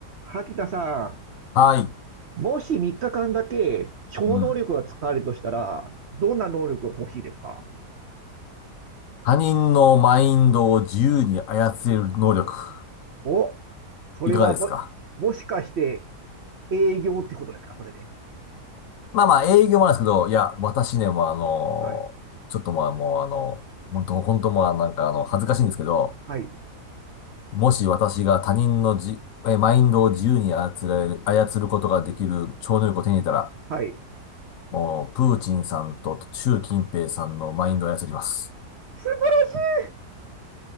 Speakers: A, on the right (about 55°); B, on the left (about 70°).
A: 萩田さ
B: はい。
A: ん、もし3日間だけ超能力が使われるとしたら、
B: うん。
A: どんな能力が欲しいですか
B: 他人のマインドを自由に操れる能力、
A: お、それはも、
B: いかがですか
A: もしかして営業ってことですかそれで。
B: まあまあ、営業もあるんですけど、いや、私ね、もうあのちょっとまあもうあの、
A: はい。
B: 本当本当まあなんかあの、恥ずかしいんですけど、
A: はい。
B: もし私が他人のじ、え、マインドを自由に操れる、操ることができる超能力を手に入れたら、
A: はい。
B: もう、プーチンさんと習近平さんのマインドを操ります。
A: 素晴